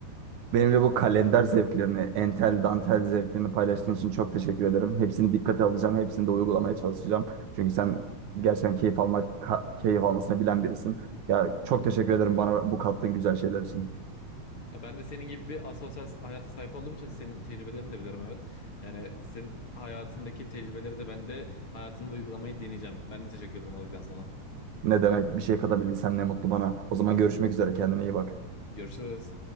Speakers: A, on the right (about 70°); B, on the left (about 45°).
A: Benimle bu kalender zevklerini, entel, dantel zevklerini paylaştığın için çok teşekkür ederim. Hepsini dikkate alacağım, hepsini de uygulamaya çalışacağım. Çünkü sen gerçekten keyif almak, ka- keyif almasını bilen birisin. Ya çok teşekkür ederim bana bu kattığın güzel şeyler için.
B: Ya ben de senin gibi bir asosyal hayata sahip olduğum için senin tecrübelerini de biliyorum evet. Yani senin hayatındaki tecrübeleri de ben de hayatımda uygulamayı deneyeceğim. Ben de teşekkür ederim o yüzden sana.
A: Ne demek bir şey katabildiysem ne mutlu bana. O zaman görüşmek üzere, kendine iyi bak.
B: Görüşürüz.